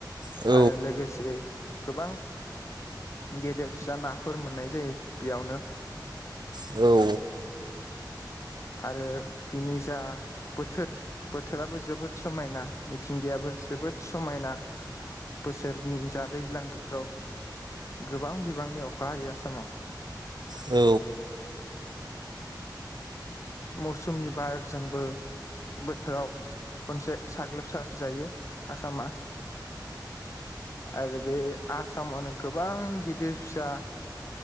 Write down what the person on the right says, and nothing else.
औ
औ
औ